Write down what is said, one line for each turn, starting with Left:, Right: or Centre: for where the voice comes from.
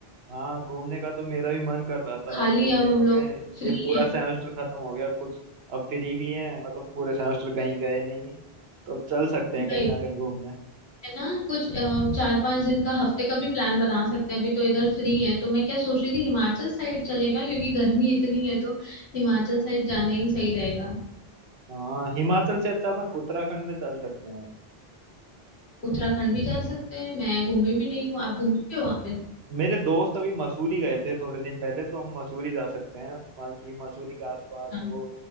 Right: हाँ घूमने का तो मेरा भी मन कर रहा था
Left: खाली
Right: अब बहुत
Left: अब
Right: दिन
Left: हम
Right: हो
Left: लोग
Right: गए
Left: फ्री
Right: ये पूरा
Left: हैं
Right: सेमेस्टर खत्म हो गया कुछ अब फ्री भी है मतलब पूरे सेमेस्टर कहीं गए नहीं तो चल सकते
Left: भाई
Right: हैं कहीं ना कहीं घूमने
Left: है ना कुछ अ, चार पांच दिन का हफ्ते का भी प्लान बना सकते हैं अभी तो इधर फ्री है तो मैं क्या सोच रही थी हिमाचल साइड चलेगा क्योंकि गर्मी इतनी है तो हिमाचल साइड जाना ही सही रहेगा
Right: हाँ हिमाचल से अच्छा अपन उत्तराखंड में चल सकते हैं
Left: उत्तराखंड भी जा सकते हैं मैं घूमी भी नहीं हूँ आप घूम चुके हो वहां पे
Right: मेरे दोस्त अभी मसूरी गए थे थोड़े दिन पहले तो हम मसूरी जा सकते हैं बाकी मसूरी के आसपास
Left: हाँ
Right: वो